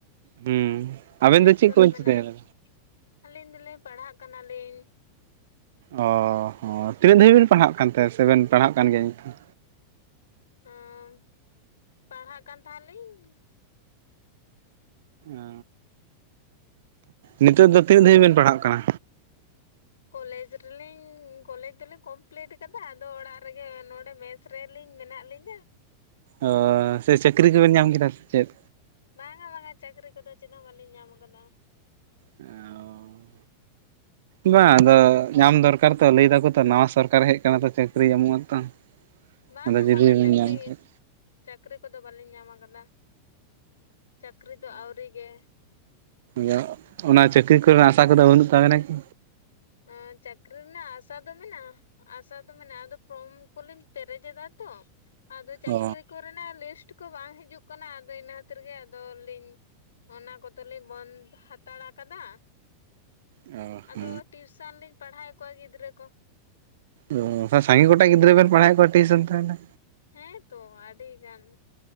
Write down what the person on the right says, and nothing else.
ᱦᱩᱸ ᱟᱵᱮᱱ
ᱫᱚ ᱪᱮᱫ
ᱠᱚᱵᱮᱱ
ᱪᱤᱠᱟᱹᱭᱮᱫᱟ?
ᱚ ᱦᱚᱸ ᱛᱤᱱᱟᱹᱜ ᱫᱷᱟᱹᱵᱤᱡ ᱵᱮᱱ ᱯᱟᱲᱦᱟᱜ ᱠᱟᱱᱛᱮ ᱥᱮᱵᱮᱱ ᱯᱟᱲᱦᱟᱜ ᱠᱟᱱ ᱜᱮᱭᱟ ᱱᱤᱛ ᱦᱚᱸ?
ᱚᱻ ᱱᱤᱛᱚᱜ ᱫᱚ ᱛᱤᱱᱟᱹᱜ ᱫᱷᱟᱵᱤᱡ ᱵᱮᱱ ᱯᱟᱲᱦᱟᱜ ᱠᱟᱱᱟ?
ᱚᱻ ᱥᱮ ᱪᱟᱹᱠᱨᱤ ᱠᱚᱵᱮᱱ ᱧᱟᱢ ᱠᱮᱫᱟ ᱥᱮᱪᱮᱫ?
ᱮ‌ ᱚ ᱵᱟᱝ ᱟᱫᱚ ᱧᱟᱢ ᱫᱚᱨᱠᱟᱨ ᱛᱚ ᱞᱟᱹᱭ ᱫᱟᱠᱚ ᱛᱚ ᱱᱟᱣᱟ ᱥᱚᱨᱠᱟᱨ ᱦᱮᱡ ᱠᱟᱱᱟ ᱛᱚ ᱪᱟᱹᱠᱨᱤ ᱮᱢᱚᱜ-ᱟ ᱛᱚ᱾
ᱟᱫᱚ ᱡᱩᱫᱤ
ᱵᱮᱱ
ᱧᱟᱢ ᱠᱷᱟᱡ
ᱡᱚ ᱚᱱᱟ ᱪᱟᱹᱠᱨᱤ ᱠᱚ ᱨᱮᱱᱟᱜ ᱟᱥᱟ ᱠᱚᱫᱚ ᱵᱟᱹᱱᱩᱜ ᱛᱟᱵᱮᱱᱟ ᱠᱤ?
ᱚ
ᱚ
ᱚ ᱥᱟᱹᱜᱮ ᱜᱚᱴᱮᱜ ᱜᱤᱫᱽᱨᱟᱹ ᱵᱮᱱ ᱯᱟᱲᱦᱟᱣᱮᱫ ᱠᱚᱣᱟ ᱴᱤᱭᱩᱥᱚᱱ ᱛᱟᱦᱚᱞᱮ?